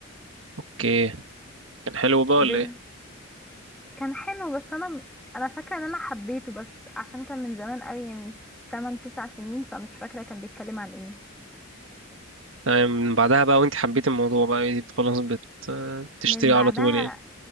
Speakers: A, on the right; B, in the centre.
A: اوكي كان حلو بقى ولا
B: فضل
A: ايه
B: كان حلو بس انا انا فاكره ان انا حبيته بس عشان كان من زمان قوي من 8 9 سنين فمش فاكره كان بيتكلم عن ايه
A: تمام من بعدها بقى وانت حبيت الموضوع بقى إيه، خلاص بت... بتشتري
B: من
A: على
B: بعدها
A: طول يعني